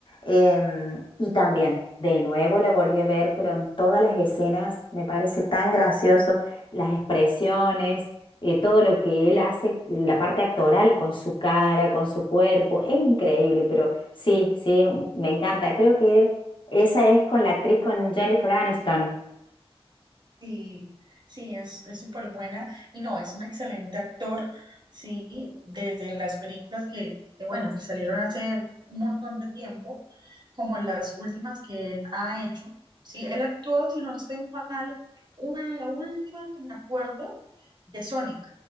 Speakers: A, on the left (about 55°); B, on the right (about 45°).
A: Em, y también, de nuevo la volví a ver, pero en todas las escenas me parece tan gracioso. Las expresiones, eh, todo lo que él hace, la parte actoral con su cara, con su cuerpo, es increíble, pero sí, sí, es un- me encanta. Creo que esa es con la actriz, con Jennifer Aniston.
B: Sí, sí, es, es súper buena y no, es un excelente actor, sí, desde las películas que, que, bueno, que salieron hace un montón de tiempo, como las últimas que él ha hecho, sí, él actuó, si no estoy mal, un- la última que me acuerdo de Sonic.